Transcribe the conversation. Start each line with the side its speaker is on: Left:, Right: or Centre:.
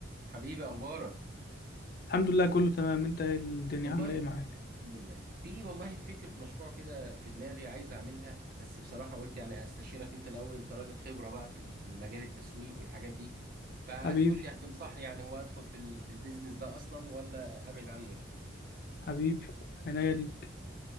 Right: حبيبي اخبارك
Left: الحمد لله كله تمام انت ايه الدنيا
Right: والله
Left: عامله ايه معاك
Right: الحمد لله في والله فكره مشروع كده في دماغي عايز اعملها بس بصراحه قلت يعني استشيرك انت الاول انت راجل خبره بقى في ال- في المجال التسويق والحاجات دي فهتقول
Left: حبيبي
Right: لي هتنصحني يعني هو ادخل في ال- في البيزنس ده اصلا ولا ابعد عنه يعني
Left: حبيبي عينيا ليك